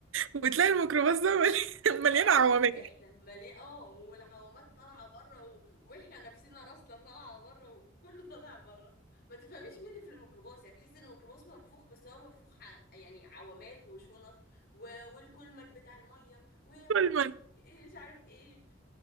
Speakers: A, on the right (about 85°); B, on the left (about 55°).
A: وتلاقي الميكروباص ده مل- <laughs> مليان
B: اه
A: عوامل
B: احنا مليان اه والعوامات طالعة بره و... واحنا نفسنا راسنا طالعة بره وكله طالع بره ما تفهميش مين اللي في الميكروباص يعني تحس ان الميكروباص منفوخ بس هو منفوخ ع... يعني عوامات وشنط و... والكولمان بتاع المية وما
A: كولمان
B: اعرف ايه مش عارف ايه